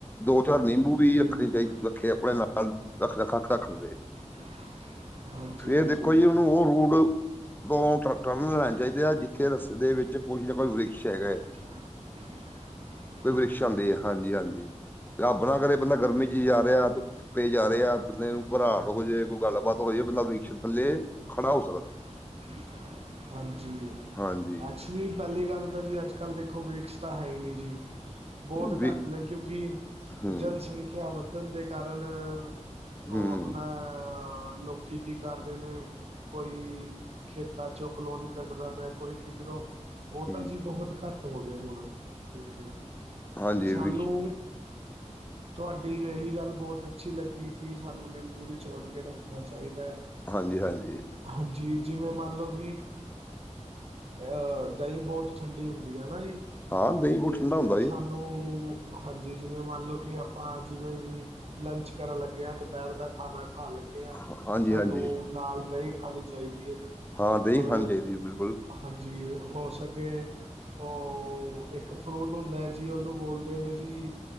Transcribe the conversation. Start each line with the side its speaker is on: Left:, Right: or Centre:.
Left: ਦੋ ਚਾਰ ਨਿੰਬੂ ਵੀ ਰੱਖਣੀ
Right: ਬਿਲਕੁਲ
Left: ਚਾਹੀ ਰੱਖੇ ਆਪਣੇ ਨਾਲ ਰੱਖ ਰੱਖ ਰੱਖ ਲਵੇ
Right: <unintelligible>
Left: ਫੇਰ
Right: ਹਾਂਜੀ
Left: ਦੇਖੋ ਜੀ ਉਹਨੂੰ ਉਹ ਰੂਟ ਕਦੋਂ <unintelligible> ਲੈਣਾ ਚਾਹੀਦਾ ਆ ਜਿੱਥੇ ਰਸਤੇ ਦੇ ਵਿੱਚ ਕੁਝ ਨਾ ਕੋਈ ਵ੍ਰਿਸ਼ ਹੈਗਾ।
Right: <unintelligible>
Left: ਕੋਈ ਵਿ੍ਰਕਸ਼ ਆਂਦੇ ਆ ਹਾਂਜੀ ਹਾਂਜੀ। ਰੱਬ ਨਾ ਕਰੇ ਬੰਦਾ ਗਰਮੀ 'ਚ ਜਾ ਰਿਹਾ ਧੁੱ ਧੱਪੇ ਜਾ ਰਹੇ ਆ ਬੰਦੇ ਨੂੰ ਘਬਰਾਟ ਹੋ ਜਾਵੇ ਕੋਈ ਗੱਲਬਾਤ ਹੋ ਜਾਏ। ਬੰਦਾ ਬ੍ਰਿਖਸ਼ ਥੱਲੇ ਖੜਾ ਹੋ ਸਕਦਾ।
Right: <inaudible> ਹਾਂਜੀ
Left: ਹਾਂਜੀ
Right: ਅੱਛਾ ਵੀ ਪਹਿਲੀ ਗੱਲ ਤਾਂ ਜੀ ਅੱਜ ਕੱਲ੍ਹ ਦੇਖੋ ਬ੍ਰਿਕਸ਼ ਤਾਂ ਹੈ ਹੀ ਨਹੀਂ ਜੀ। ਬਹੁਤ
Left: ਨਹੀਂ, ਵੀ
Right: ਘੱਟ ਨੇ ਕਿਉਂਕਿ
Left: ਹੂੰ
Right: ਜਨਸੰਖਿਆ ਵਧਣ ਦੇ ਕਾਰਨ
Left: ਹੂੰ
Right: ਉਹ ਆਪਣਾ ਲੋਕੀ ਕੀ ਕਰਦੇ ਨੇ। ਕੋਈ ਖੇਤਾਂ 'ਚੋਂ ਕਲੋਨੀ ਕੱਢਦਾ ਪਿਆ ਕੋਈ ਕਿੱਧਰੋਂ ਉਹ
Left: ਹੂੰ
Right: ਤਾਂ ਜੀ ਬਹੁਤ ਘੱਟ ਹੋ ਗਏ ਹੁਣ ਤੇ
Left: ਹਾਂਜੀ
Right: ਸਾਨੂੰ
Left: ਵੀ
Right: ਤੁਹਾਡੀ ਇਹੀ ਗੱਲ ਬਹੁਤ ਅੱਛੀ ਲੱਗੀ ਕਿ ਸਾਨੂੰ ਨਿੰਬੂ ਨਿਚੋੜ ਕੇ ਰੱਖਣਾ ਚਾਹੀਦਾ।
Left: ਹਾਂਜੀ ਹਾਂਜੀ
Right: ਹਾਂਜੀ ਜਿਵੇਂ ਮੰਨ ਲਓ ਕਿ ਅਹ ਦਹੀਂ ਬਹੁਤ ਠੰਡੀ ਹੁੰਦੀ ਹੈ ਜੀ
Left: ਹਾਂ ਦਹੀਂ ਬਹੁਤ
Right: ਤੇ
Left: ਠੰਡਾ ਹੁੰਦਾ ਜੀ
Right: ਸਾਨੂੰ ਹਾਂਜੀ ਜਿਵੇਂ ਮੰਨ ਲਓ ਕਿ ਆਪਾਂ ਜਿਵੇਂ ਹੀ ਲੰਚ ਕਰਨ ਲੱਗੇਿਆ ਦੁਪਹਿਰ ਦਾ ਖਾਣਾ ਖਾਣ ਲੱਗ
Left: ਹਾਂ- ਹਾਂਜੀ
Right: ਤੇ ਸਾਨੂੰ
Left: ਹਾਂਜੀ
Right: ਨਾਲ ਦਹੀਂ ਖਾਣੀ ਚਾਹੀਦੀ ਹੈ।
Left: ਹਾਂ, ਦਹੀਂ
Right: ਔਰ
Left: ਖਾਣੀ ਚਾਹੀਦੀ ਬਿਲਕੁਲ।
Right: ਹਾਂਜੀ ਹੋ ਸਕੇ। ਉਹ ਇੱਕ ਫਰੂਟ ਹੁੰਦਾ ਜੀ ਉਹਨੂੰ ਬੋਲਦੇ ਨੇ ਜੀ।